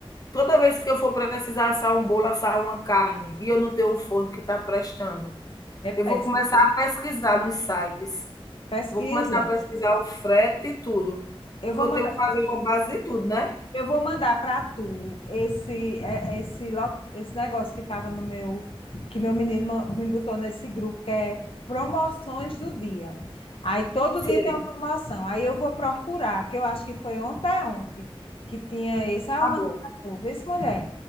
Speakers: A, on the left; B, on the left.
A: toda vez que eu for precisar assar um bolo, assar uma carne, e eu não tenho o forno que está prestando,
B: é péssimo.
A: eu vou começar a pesquisar nos sites.
B: Pesquisa.
A: Vou começar a pesquisar o frete e tudo,
B: Eu
A: porque
B: vou
A: eu
B: mandar,
A: tenho que fazer uma base de tudo, né?
B: eu vou mandar para tu esse é- esse lo- esse negócio que estava no meu que meu menino ma- me botou nesse grupo que é promoções do dia. Aí todo
A: Sei,
B: dia tem uma promoção. Aí eu vou procurar, que eu acho que foi ontem é ontem que tinha esse. Aí
A: tá
B: eu mando
A: bom.
B: para tu. Vê se mulher.